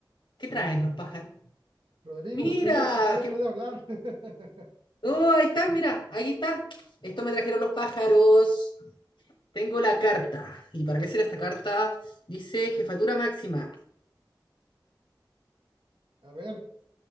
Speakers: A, on the left; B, on the right.
A: ¿Qué traen los pájaros?
B: Rodrigo,
A: Mira,
B: usted no siquiera
A: que...
B: puede hablar. <laughs>
A: oh, ahí están, mira, ahí está. Esto me trajeron los pájaros. Tengo la carta. ¿Y para qué será esta carta? Dice Jefatura Máxima.
B: A ver,